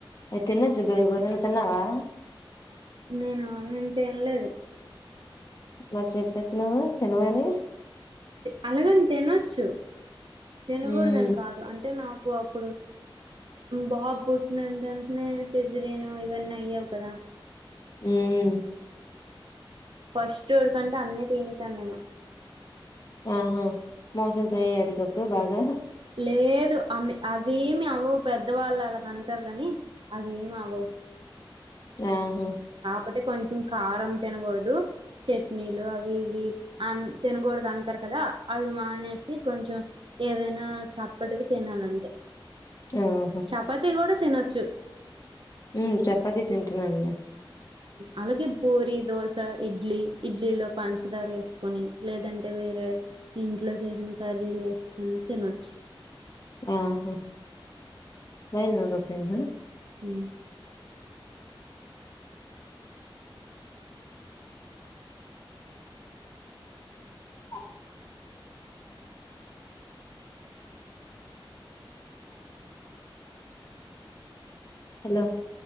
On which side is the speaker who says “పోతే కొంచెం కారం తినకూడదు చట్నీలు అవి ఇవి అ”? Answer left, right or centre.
Right